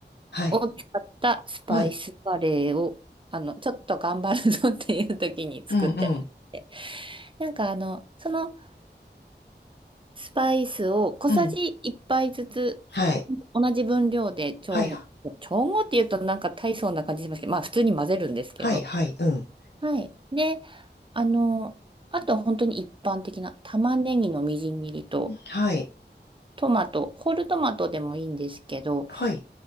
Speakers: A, on the left; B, on the right.
A: はい。
B: を使ったスパイスカレーを、
A: はい。
B: あの、ちょっと頑張るぞっていう時に作ってまして。
A: うん、うん、
B: なんかあの、そのスパイスを小さじ1杯ずつ、
A: うん。はい。
B: 同じ分量で調合、
A: はい、は
B: 調合って言うとなんか大層な感じしますけど、まあ普通に混ぜるんですけど。
A: い、はい、うん。
B: はい。で、あの、あとは本当に一般的な玉ねぎのみじん切りと、
A: はい、
B: トマト、ホールトマトでもいいんですけど、
A: はい。